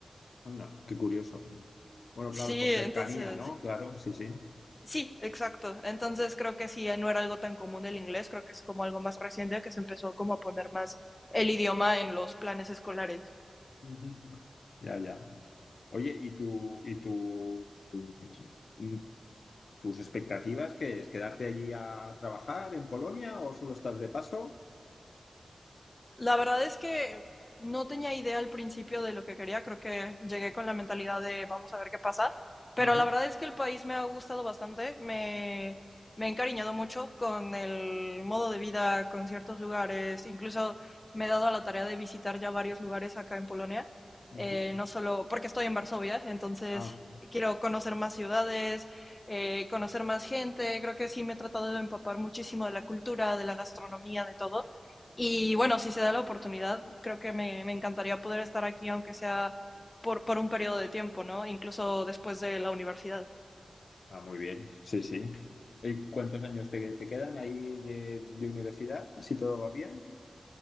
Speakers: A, on the left; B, on the left.
A: Anda, qué curioso. Bueno,
B: Sí,
A: claro, por cercanía,
B: entonces,
A: ¿no? Claro, sí, sí.
B: Sí, exacto. Entonces creo que sí, no era algo tan común el inglés, creo que es como algo más reciente que se empezó como a poner más el idioma en los planes escolares.
A: Ujú. Ya, ya. Oye, ¿y tu, y tu, y tus expectativas qué es? ¿Quedarte allí a trabajar en Polonia o solo estás de paso?
B: La verdad es que no tenía idea al principio de lo que quería, creo que llegué con la mentalidad de vamos a ver qué pasa, pero
A: Ujú,
B: la verdad es que el país me ha gustado bastante, me, me he encariñado mucho con el modo de vida, con ciertos lugares, incluso me he dado a la tarea de visitar ya varios lugares acá en Polonia,
A: ujú.
B: eh, no solo porque estoy en Varsovia, entonces
A: Ah,
B: quiero conocer más ciudades, eh, conocer más gente, creo que sí me he tratado de empapar muchísimo de la cultura, de la gastronomía, de todo. Y bueno, si se da la oportunidad, creo que me, me encantaría poder estar aquí, aunque sea por, por un periodo de tiempo, ¿no? Incluso después de la universidad.
A: ah, muy bien, sí, sí. ¿Y cuántos años te, te quedan ahí de, de universidad, si todo va bien?